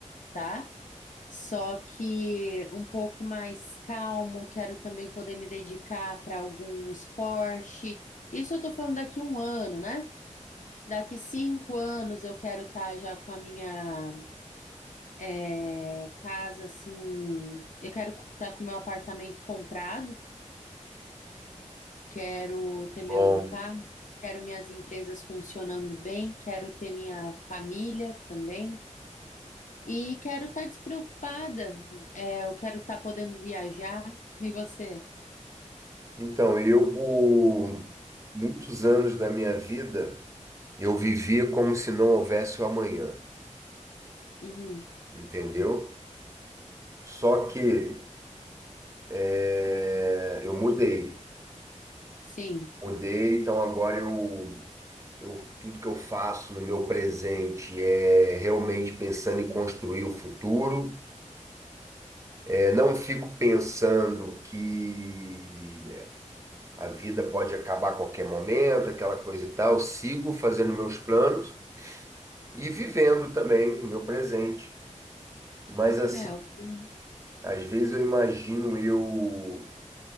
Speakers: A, on the left (about 85°); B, on the right (about 25°).
A: tá? Só que um pouco mais calmo, quero também poder me dedicar para algum esporte. Isso eu tô falando daqui um ano, né? Daqui cinco anos eu quero estar já com a minha é, casa assim. Eu quero estar com o meu apartamento comprado, quero ter
B: Bom,
A: meu carro, quero minhas empresas funcionando bem, quero ter minha família também. E quero estar despreocupada. É, eu quero estar podendo viajar. E você?
B: então, eu por muitos anos da minha vida, eu vivia como se não houvesse o amanhã,
A: Uhum.
B: entendeu? Só que é, eu mudei.
A: Sim.
B: Mudei, então agora eu, eu tudo que eu faço no meu presente é realmente pensando em construir o futuro. É, não fico pensando que a vida pode acabar a qualquer momento, aquela coisa e tal. Sigo fazendo meus planos e vivendo também o meu presente. Mas assim,
A: É, eu tenho
B: às vezes eu imagino eu